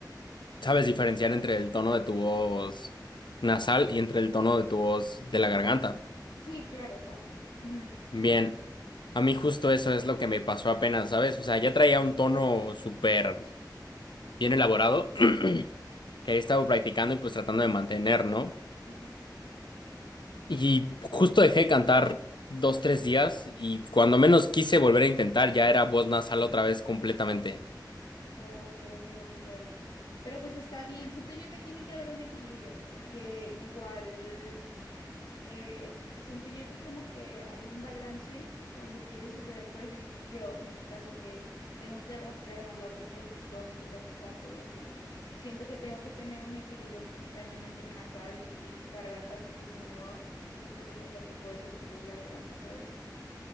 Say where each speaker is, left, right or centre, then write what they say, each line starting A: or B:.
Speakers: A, on the left (about 85°); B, on the left (about 75°).
A: sabes diferenciar entre el tono de tu voz nasal y entre el tono de tu voz de la garganta.
B: Sí, claro, fácil. Ujú.
A: Bien, a mí justo eso es lo que me pasó apenas, ¿sabes? O sea, ya traía un tono súper bien elaborado <clears throat> que he estado practicando y pues tratando de mantener, ¿no?
B: Ajá.
A: Y justo dejé de cantar dos, tres días y cuando menos quise volver a intentar ya era voz nasal otra vez completamente.
B: Ok, ok, ok, ya vi. Pero pues está bien, siento yo que tiene que haber un equilibrio, porque igual eh, siento yo que como que hay un balance cuando quieres hacer, por decir yo, en mi caso que tengo que raspear más la voz por el tipo de música que canto o así. Siento que tengo que tener un equilibrio muy cañón entre nasal y garganta, porque si no, sí te, de- o sea, te puedes destruir la garganta, ¿sabes?